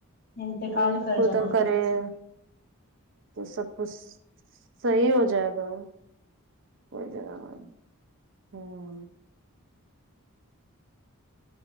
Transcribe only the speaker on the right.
نہیں
خود
<unintelligible>
ہے سب کچھ صحیح ہو جائے گا کوئی جگہ ہوں <inaudible>